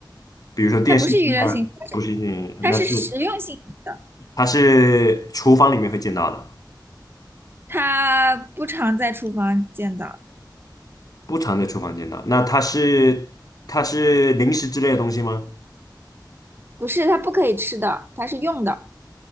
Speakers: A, on the left; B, on the right.
A: 比如说电视机啊，
B: 它不是娱乐性质，它是
A: 不是电影，
B: 它是实用性质的，
A: 那是它是厨房里面会见到的，
B: 它不常在厨房见到。
A: 不常在厨房见到。那它是它是零食之类的东西吗？
B: 不是，它不可以吃的，它是用的。